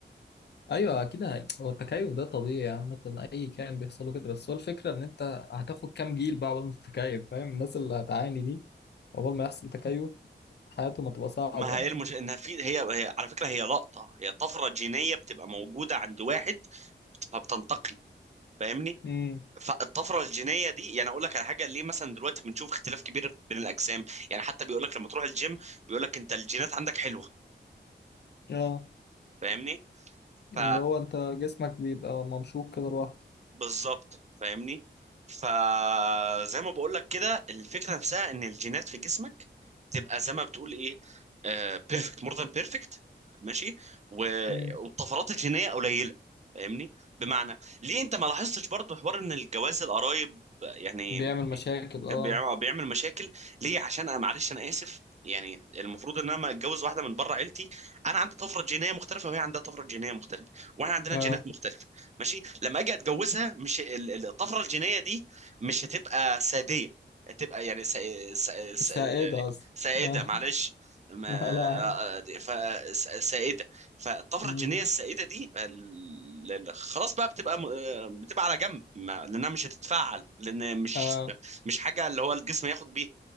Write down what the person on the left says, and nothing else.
ايوه اكيد هي- هو التكيف ده طبيعي عامه اي كائن بيحصل له كده بس هو الفكره ان انت هتاخد كام جيل بقى عقبال ما تتكيف فاهم الناس اللي هتعاني دي عقبال ما يحصل تكيف حياتهم هتبقى صعبه
امم
اه
اللي
هو انت جسمك بيبقى ممشوق كده لوحده
امم
بيعمل مشاكل اه
اه
مش سائده
اصلا
اه
<laughs>
لا لا عادي
امم
اه